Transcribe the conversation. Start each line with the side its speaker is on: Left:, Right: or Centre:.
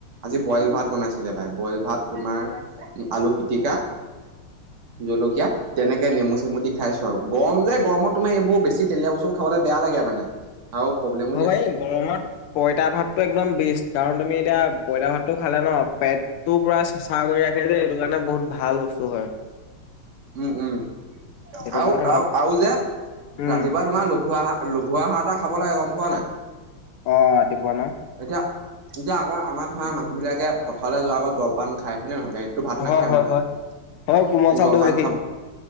Right: আজি বইল ভাত বনাইছিলে ভাই বইল ভাত তোমাৰ আলু পিটিকা জলকীয়া তেনেক কে নেমু চেমু দি খাইছো আউ গৰম যে গৰমত তোমাৰ এইবোৰ বেছি তেলিয়া বস্তুবোৰ খাব বেয়া লাগে মানে আও প্ৰব্লেম
Left: অ ভাই এ গৰমত পঁইতা ভাতটো একদম বেষ্ট কাৰণ তুমি এতিয়া পঁইতা ভাতটো খালে ন পেট তো পুৰা চেচাহ কৰি ৰাখে যে এইটো কাৰণে বহুত ভাল বস্তু হয়
Right: উম উম
Left: সেইটো
Right: আউ
Left: কাৰণে ভাল
Right: আউ আউ যে
Left: উম
Right: ৰাতিপুৱা তোমাৰ লঘু আহা লঘু আহাৰ এটা খাব লাগে গম পোৱা নাই
Left: অ ৰাতিপুৱা ন
Right: এতিয়া এতিয়া আকৌ আমাৰ ধৰ মানুহ বিলাকে পথাৰলৈ যোৱাৰ আগত জলপান খায় হয় নে নহয় দাইক টো ভাত নেখায়
Left: হয় হয়
Right: মানুহে
Left: হয় হয় কোমল চাউল
Right: জলপান
Left: দৈ গাখীৰ
Right: খাব